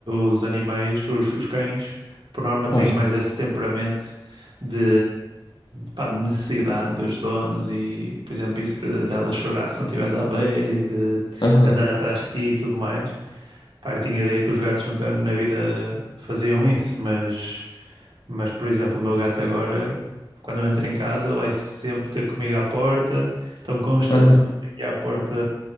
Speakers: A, on the right (about 65°); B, on the left (about 55°).
A: os animais, os, os cães, por norma têm
B: Fogem.
A: mais esse temperamento de, pá, de necessidade dos donos e, por exemplo, isso de, dela chorar se não estivesse à beira e de, de
B: Aham,
A: andar atrás de ti e tudo mais. Pá, eu tinha ideia que os gatos nunca na vida faziam isso, mas... Mas, por exemplo, o meu gato agora, quando eu entro em casa, ele vai sempre ter comigo à porta, estão constantemente
B: aham,
A: aqui à porta,